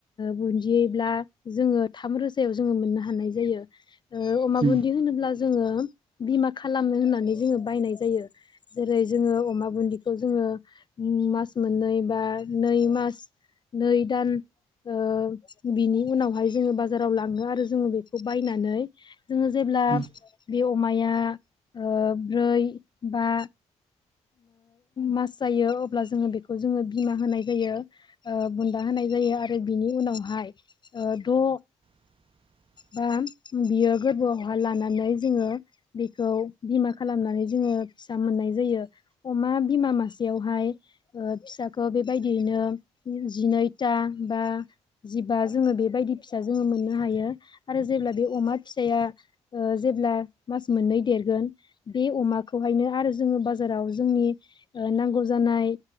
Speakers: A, on the left; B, on the right.
A: बुन्दिब्ला जोङो थाम रोजायाव जोङो मोननो हानाय जायो। अमा
B: उम
A: बुन्दि होनोब्ला जोङो बिमा खालामनो होननानै जोङो बायनाय जायो जेरै जोङो अमा बुदिखौ जोङो मास मोननै बा नै मास नै दान ओ बिनि उनावहाय जोङो बाजाराव लाङो आरो जोङो बेखौ बायनानै जोङो जेब्ला
B: उम
A: बे अमाया ओ ब्रै बा मास जायो अब्ला जोङो बेखौ जोङो बिमा होनाय जायो। बुन्दा होनाय जायो आरो बिनि उनावहाय द'
B: <inaudible>
A: बा बियो गोरबोआवहााय लानानै जोङो बेखौ बिमा खालामनानै जोङो फिसा मोननाय जायो अमा बिमा मासेयावहाय ओ फिसाखौ बेबायदियैनो जिनैथा बा जिबा जोङो बेबायदि फिसा जोङो मोननो हायो आरो जों जेब्ला बे अमा फिसया ओ जेब्ला मास मोननै देरगोन बे अमाखौहायनो दा आरो जोङो बाजाराव जोंनि नांगौ जानाय